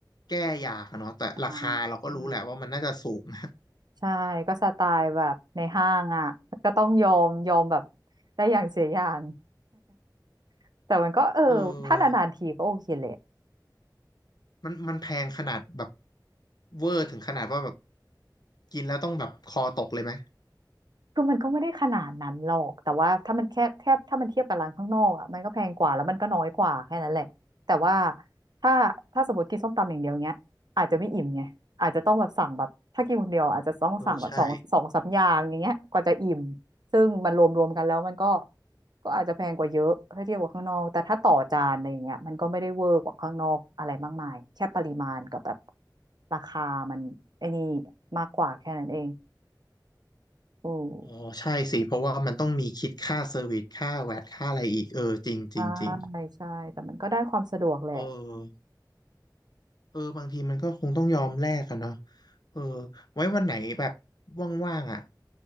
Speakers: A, on the left; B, on the right.
A: แก้อยากอะเนาะแต่ราคาเราก็รู้แหละว่ามันน่าจะสูงนะ
B: อ่า ใช่ก็สไตล์แบบในห้างอ่ะก็ต้องยอมยอมแบบได้อย่างเสียอย่าง <laughs> แต่มันก็เออถ้านานๆทีก็โอเคแหละ
A: เออมันมันแพงขนาดแบบเวอร์ถึงขนาดว่าแบบกินแล้วต้องแบบคอตกเลยไหม
B: คือมันก็ไม่ได้ขนาดนั้นหรอกแต่ว่าถ้ามันแค่แทบถ้ามันเทียบกับร้านข้างนอกอ่ะมันก็แพงกว่าแล้วมันก็น้อยกว่าแค่นั้นแหละแต่ว่าถ้าถ้าสมมติกินส้มตำอย่างเดียวเนี้ยอาจจะไม่อิ่มไงอาจจะต้องแบบสั่งแบบถ้ากินคนเดียวอาจจะต้องสั่งแบบสองสองสามอย่างอย่างเงี้ยกว่าจะอิ่ม
A: เออใช่
B: ซึ่งมันรวมรวมกันแล้วมันก็ก็อาจจะแพงกว่าเยอะถ้าเทียบกับข้างนอกแต่ถ้าต่อจานอะไรอย่างเงี้ยมันก็ไม่ได้เวอร์กว่าข้างนอกอะไรมากมายแค่ปริมาณกับแบบราคามันไอ้นี่มากกว่าแค่นั้นเองอือ
A: อ๋อใช่สิเพราะว่ามันต้องมีคิดค่าเซอร์วิสค่าแวตค่าอะไรอีกเออจริงจริงจริง
B: ใช่ใช่แต่มันก็ได้ความสะดวกแหละ
A: เออเออบางทีมันก็คงต้องยอมแลกกันเนาะเออไว้วันไหนแบบว่างๆอ่ะ